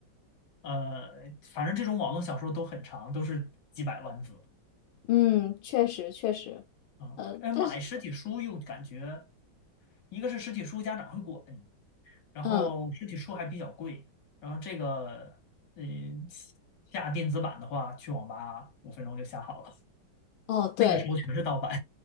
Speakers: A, on the left (about 60°); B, on the left (about 85°).
A: 呃，反正这种网络小说都很长，都是几百万字
B: 嗯，确实确实。
A: 啊。
B: 呃，
A: 哎，
B: 但是
A: 买实体书又感觉，一个是实体书家长会管，然后实体书还比较贵，
B: 嗯，
A: 然后这个，呃，下电子版的话，去网吧五分钟就下好了，
B: 哦，对，
A: 那个时候全是盗版，